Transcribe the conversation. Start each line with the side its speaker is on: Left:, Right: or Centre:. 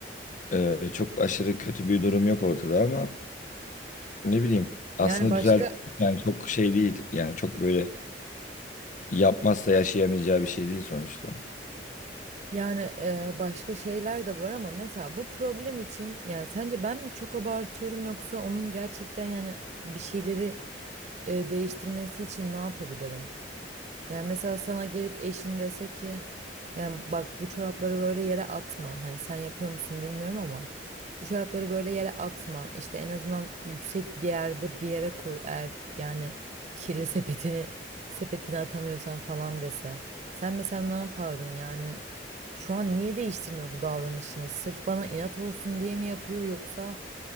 Left: Ee, çok aşırı kötü bir durum yok ortada ama ne bileyim. Aslında
Right: Yani başka
Left: düzelt yani çok şey değil. Yani çok böyle yapmazsa yaşayamayacağı bir şey değil sonuçta.
Right: Yani e, başka şeyler de var ama mesela bu problem için yani sence ben mi çok abartıyorum yoksa onun gerçekten yani bir şeyleri e, değiştirmesi için ne yapabilirim? Yani mesela sana gelip eşin dese ki yani bak bu çorapları böyle yere atma. Hani sen yapıyor musun bilmiyorum ama bu çorapları böyle yere atma. İşte en azından yüksek bir yerde bir yere koy eğer yani kirli <laughs> sepetini sepetini atamıyorsan falan dese. Sen mesela ne yapardın yani? Şu an niye değiştirmiyor bu davranışını? Sırf bana inat olsun diye mi yapıyor yoksa